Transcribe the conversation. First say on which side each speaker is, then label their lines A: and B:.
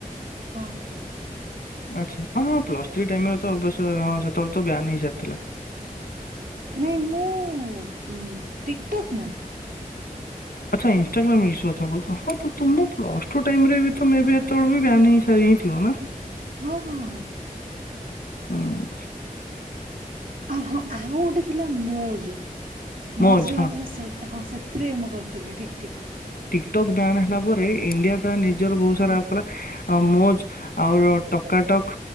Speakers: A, on the right; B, on the left.
A: ହଁ
B: ଆ୍ଛା ହ ହଁ ପ୍ଲସ୍ ଥ ଟାଇରେ ହଁ ସେତେବେଳେ ତ ବୟାନ ହେଇସାରିଥିଲା।
A: ନାଇଁ ମୁଁ ଟିକଟକ୍ ନହି
B: ଆଚ୍ଛା ଇନ୍ଷ୍ଟଟାଗ୍ରାମ ମିଳଳିଛଥା କ ହଁ ତୁମର ପ୍ଲସ ଟୁ ଟାଇରେ ତ ମେ ବି ଏତେବେଳ ବି ବାନ ହେଇ ସାରି ହିଁ ଥିବ ନା
A: ହଁ ହଁ ହଁ
B: ହୁଁ
A: ଅହୋ ଆଉ ଗୋଟେ ଥିଲା ମୋଜ <inaudible>
B: ମୌଜ
A: ମଝିରେ
B: ହଁ
A: ବାହାରିଥିଲା ସେ ହଁ ସେଥିରେ ବି ମୁଁ କରିଥିଲି ଠିକ୍ ଠିକ୍।
B: ଟକ୍ ବ୍ୟାନ ହେଲା ପରେ ଇଣ୍ଡିଆ ତା ନିଜର ବୋହୁତ ସାରା
A: ହଁ
B: ଆପ୍ କଲା। ଆଉ ମୋଜ୍ ଆଉର ଟକାଟକ୍।